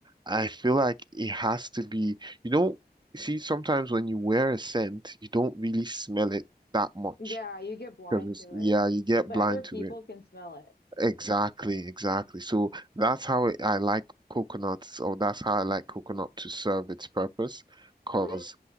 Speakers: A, on the right; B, on the left.
A: I feel like it has to be, you know, see, sometimes when you wear a scent, you don't really smell it that much
B: Yeah, you get blind
A: because it's,
B: to
A: yeah,
B: it.
A: you get
B: But
A: blind
B: other people
A: to it.
B: can smell it.
A: Exactly, exactly. So that's how it, I like coconuts, or that's how I like coconut to serve its purpose, because
B: Mhm.